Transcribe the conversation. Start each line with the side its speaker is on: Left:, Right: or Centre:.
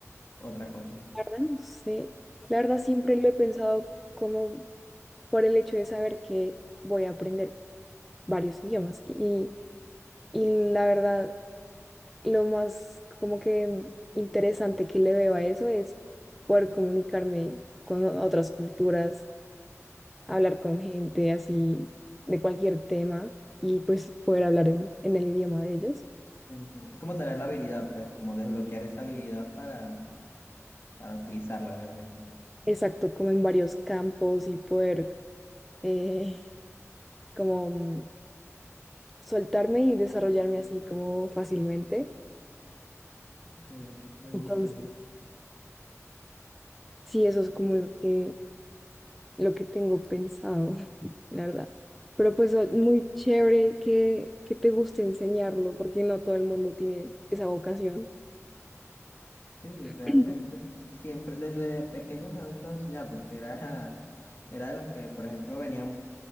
Left: otra cosa?
Centre: la verdad, no sé. La verdad, siempre lo he pensado como por el hecho de saber que voy a aprender varios idiomas. Y, y la verdad, lo más como que interesante que le veo a eso es poder comunicarme con o- otras culturas, hablar con gente así de cualquier tema y pues poder hablar en, en el idioma de ellos.
Left: Entiendo. Es como tener la habilidad, pues, como desbloquear esa habilidad para, para utilizarla, obviamente.
Centre: Exacto, como en varios campos y poder eh, como mm, soltarme y desarrollarme así como fácilmente.
Left: Ok, me gusta,
Centre: Entonces,
Left: me gusta.
Centre: sí, eso es como lo que, lo que tengo pensado. la verdad. Pero pues o- muy chévere que, que te guste enseñarlo, porque no todo el mundo tiene esa vocación.
Left: Sí,
Centre: <clears throat>
Left: realmente siempre, desde pequeño me gusta enseñar porque era, <laughs> era de los que, por ejemplo, venían